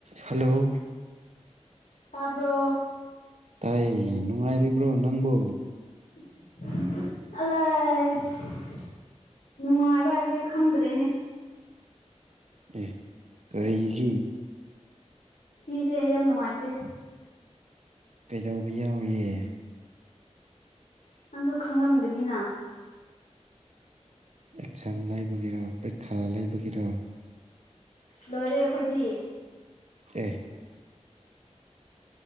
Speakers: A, on the right; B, on the left.
A: ꯍꯜꯂꯣ
B: ꯇꯥꯔꯕ꯭ꯔꯣ
A: ꯇꯥꯏꯌꯦ ꯅꯨꯡꯉꯥꯏꯔꯤꯕ꯭ꯔꯣ ꯅꯪꯕꯨ
B: <unintelligible> ꯅꯨꯡꯉꯥꯏꯕ ꯍꯥꯏꯕꯁꯦ ꯈꯪꯗ꯭ꯔꯦꯅꯦ
A: ꯑꯦ ꯀꯔꯤꯒꯤ
B: ꯁꯤꯁꯦ ꯌꯥꯝ ꯅꯨꯡꯉꯥꯏꯇꯦ
A: ꯀꯩꯗꯧꯕ ꯌꯥꯎꯔꯤꯌꯦ
B: ꯅꯪꯁꯨ ꯈꯪꯉꯝꯒꯅꯤꯅ
A: ꯑꯦꯛꯖꯥꯝ ꯂꯩꯕꯒꯤꯔꯣ ꯄꯔꯤꯈꯥ ꯂꯩꯕꯒꯤꯔꯣ
B: ꯂꯣꯏꯔꯦ ꯑꯩꯈꯣꯏꯗꯤ
A: ꯑꯦ